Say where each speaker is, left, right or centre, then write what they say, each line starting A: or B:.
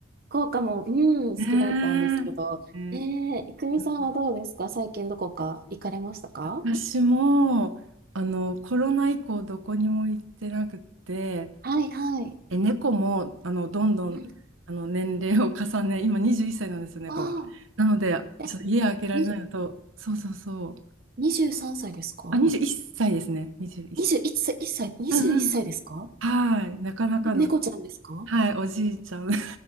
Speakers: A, on the right; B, on the right.
A: 福岡も、うん、好きだったんですけど、
B: ねえ。
A: ねえ、いくみさんはどうですか最近どこか行かれましたか
B: え私も、あの、コロナ以降どこにも行ってなくて、
A: はいはい。
B: え、猫も、あの、どんどん、
A: うん。
B: あの、年齢を重ね、今21歳なんですよ、猫が。
A: あ
B: なので、
A: あ、
B: ちょっと家開けられないのと、
A: え、に、
B: そうそうそう。
A: 23歳ですか
B: あ、21歳ですね。21歳。
A: ?21 歳、1歳、21歳ですか
B: うんうん。はい。なかなかの、
A: え猫ちゃんですか
B: はい、おじいちゃん <laughs> で